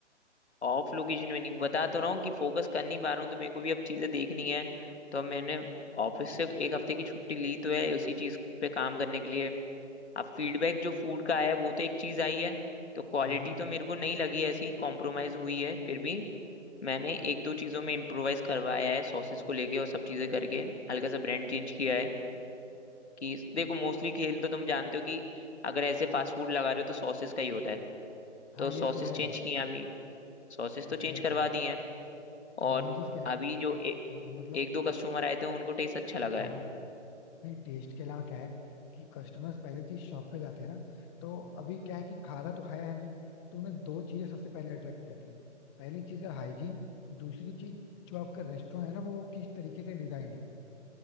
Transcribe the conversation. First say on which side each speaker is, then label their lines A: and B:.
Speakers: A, on the left; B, on the left.
A: ऑफ लोकेशन में नहीं बता तो रहा हूँ कि फोकस कर नहीं पा रहा हूँ तो मेरे को भी अब चीजें देखनी है तो अब मैंने ऑफिस से एक हफ्ते की छुट्टी ली तो है उसी चीज पे काम करने के लिए अब फीडबैक जो फूड का आया है वो तो एक चीज आई है तो क्वालिटी
B: हाँ
A: तो मेरे को नहीं लगी ऐसी कॉम्प्रोमाइज हुई है फिर भी मैंने एक दो चीजों में इम्प्रोवाइज करवाया है सॉसेस को लेके और सब चीजें करके हल्का सा ब्रांड चेंज किया है कि देखो मोस्टली खेल तो तुम जानते हो कि अगर ऐसे फास्ट फूड लगा रहे हो तो सॉसेस का ही होता है
B: हाँ
A: तो
B: ये
A: सॉसेस
B: तो है
A: चेंज किए हैं अभी सॉसेस तो
B: Exactly
A: चेंज करवा
B: exactly.
A: दी हैं
B: तो मेन
A: और
B: चीज क्या है
A: अभी जो ए,
B: ना अ, मतलब
A: एक दो कस्टमर आए थे उनको टेस्ट अच्छा लगा
B: हाँ
A: है
B: नहीं टेस्ट के अलावा क्या है कि कस्टमर्स पहले चीज शॉप पे जाते हैं ना तो अभी क्या है कि खाना तो खाया है नहीं तो उन्हें दो चीजें सबसे पहले अट्रैक्ट करती हैं पहली चीज है हाइजीन दूसरी चीज जो आपका रेस्टोरेंट है ना वो किस तरीके से डिजाइंड है